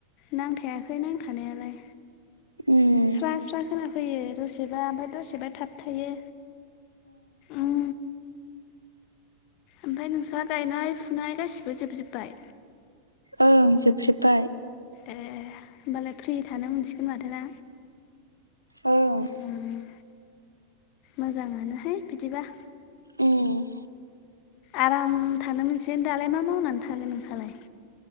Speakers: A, on the left; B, on the right.
A: नांथाखै नांथानायालाय।
B: उम
A: स्रा-स्रा खोनाफैयो दसेबा ओमफाय दसेबा थाब थायो। उम ओमफाय नोंसा गायनाय फुनाय गासिबो जोबजोब्बाय?
B: ओं जोबजोब्बाय।
A: ए होनोमबालाय फ्रि थानो मोनसिगोन माथोना?
B: ओं
A: उम मोजाङानोहाय बिदिबा।
B: उम।
A: आराम थानो मोनसिगोन दालाय मा मावनानै थागोन नोंसाालाय?